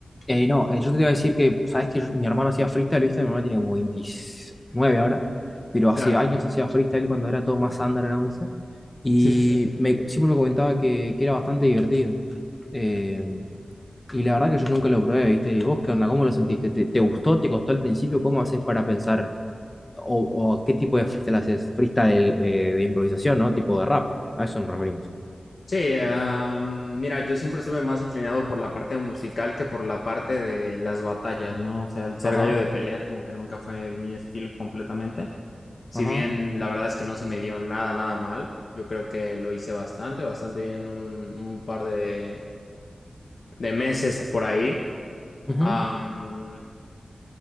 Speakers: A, on the left; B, on the left.
A: Eh, no, eh, yo te iba a decir que, sabes que yo- mi hermano hacía freestyle, ¿viste? Mi hermano tiene como 29 ahora, pero hace
B: Claro.
A: años hacía freestyle cuando era todo más underground, ¿viste? Y
B: Sí, sí, sí.
A: me, siempre me comentaba que, que era bastante divertido. Eh, y la verdad que yo nunca lo probé, ¿viste? ¿Y vos qué onda? ¿Cómo lo sentiste? ¿Te, te gustó? ¿Te costó al principio? ¿Cómo haces para pensar? ¿O, o qué tipo de freestyle haces? Freestyle eh, de improvisación, ¿no? Tipo de rap. A eso nos referimos.
B: Sí, am, mira, yo siempre estuve más inclinado por la parte musical que por la parte de las batallas, ¿no? O sea, el ser
A: Ajá,
B: gallo de pelea como que nunca fue mi estilo completamente. Si
A: ajá.
B: bien la verdad es que no se me dio nada, nada mal, yo creo que lo hice bastante, bastante bien un, un par de, de meses por ahí.
A: ujú.
B: Am,